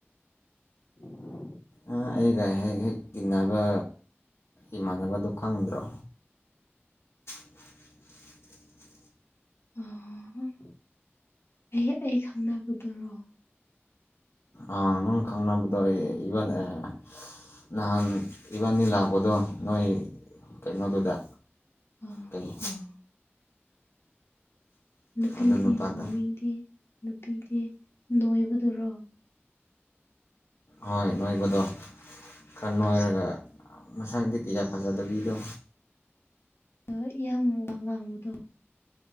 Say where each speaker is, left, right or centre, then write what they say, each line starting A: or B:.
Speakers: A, on the left (about 65°); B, on the left (about 80°).
A: <inaudible>
B: ꯑꯥ ꯑꯩꯒ ꯍꯦꯛ ꯍꯦꯛ ꯇꯤꯟꯅꯕ ꯏꯃꯥꯟꯅꯕꯗꫭ ꯈꯪꯗ꯭ꯔꯣ <inaudible>
A: ꯑꫭ ꯍꫭ ꯑꯩ ꯑꯩ ꯈꯪꯅꯕꯗꯨꯔꯣ
B: ꯑ ꯅꯪ ꯈꯪꯅꯕꯗꯣ ꯏꯕꯟ ꯑꯦ ꯅꯍꯥꯟ ꯏꯕꯥꯟꯅꯤ ꯂꯥꯛꯄꯗꯣ ꯅꯣꯏ ꯀꯩꯅꯣꯗꯨꯗ
A: ꯑꯥ
B: ꯀꯩ
A: ꯑꯥ ꯑꯥ ꯅꯨꯄꯤꯗꯤ
B: ꯑꯗꯨ ꯅꯨꯄꯥꯗꯣ
A: ꯃꯃꯤꯡꯗꯤ ꯅꯨꯄꯤꯗꯤ ꯅꯣꯏꯕꯗꯨꯔꯣ
B: ꯍꯣꯏ ꯅꯣꯏꯕꯗꯣ ꯈꯔ ꯅꯣꯏꯔꯒ
A: ꯑꯁ
B: ꯃꯁꯛꯇꯤ ꯀꯌꯥ ꯐꯖꯗꯕꯤꯗꯣ
A: ꯍꫭꯏ ꯌꯥꯝ <unintelligible> ꯉꯥꯡꯕꯗꯣ